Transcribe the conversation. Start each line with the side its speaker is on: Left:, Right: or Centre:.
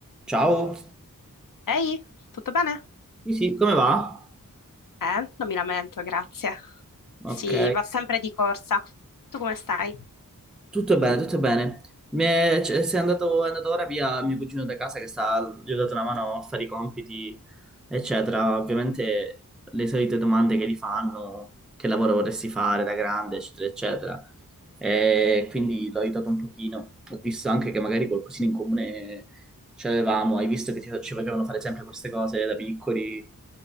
Centre: Ciao,
Left: Ehi, tutto bene?
Centre: Sì, sì, come va?
Left: Eh, non mi lamento, grazie.
Centre: Ok,
Left: Sì, va sempre di corsa. Tu come stai?
Centre: tutto bene, tutto bene. Mi è, c- se è andato, è andato ora via mio cugino da casa che sta, gli ho dato una mano a fare i compiti, eccetera. Ovviamente le solite domande che gli fanno, che lavoro vorresti fare da grande, eccetera, eccetera. E quindi l'ho aiutato un pochino. Ho visto anche che magari qualcosina in comune Ce l'avevamo, hai visto che ci, ci facevano fare sempre queste cose da piccoli.